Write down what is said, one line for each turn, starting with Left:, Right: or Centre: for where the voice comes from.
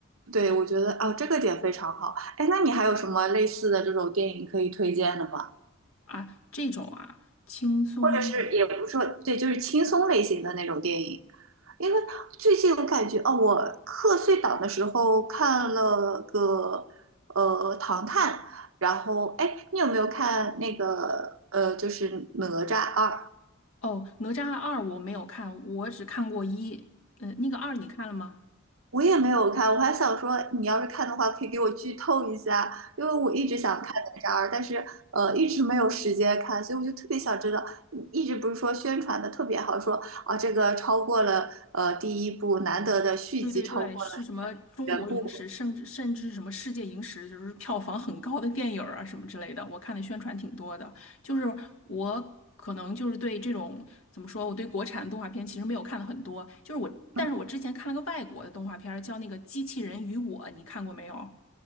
Right: 对，我觉得哦，这个点非常好。哎，那你还有什么类似的这种电影可以推荐的吗？
Left: 啊，这种啊轻松
Right: 或者是也不是说对，就是轻松类型的那种电影。因为最近我感觉哦，我课碎档的时候看了个呃《唐探》，然后哎，你有没有看那个呃，就是《哪吒二》？
Left: 哦，《哪吒二》我没有看，我只看过一，嗯、那个二你看了吗？
Right: 我也没有看，我还想说，你要是看的话，可以给我剧透一下，因为我一直想看哪吒二，但是呃一直没有时间看，所以我就特别想知道，嗯一直不是说宣传的特别好，说啊这个超过了呃第一部，难得的续集超过了
Left: 对对对，是什么中国影史，
Right: 原部。
Left: 甚至甚至什么世界影史，就是票房很高的电影儿啊什么之类的，我看的宣传挺多的。就是我可能就是对这种怎么说，我对国产动画片其实没有看的很多，就是我，但是我之前看了个外国的动画片儿叫那个《机器人与我》，
Right: 嗯，
Left: 你看过没有？